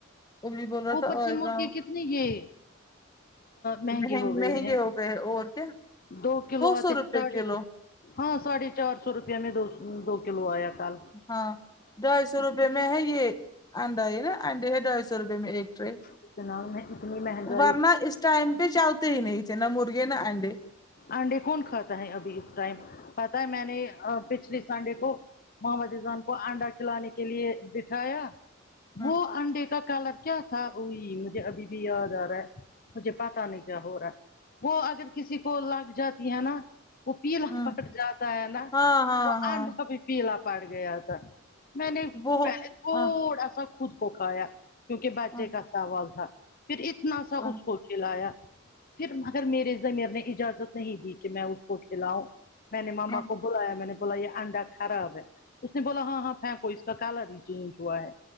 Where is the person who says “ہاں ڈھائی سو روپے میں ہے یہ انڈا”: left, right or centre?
Left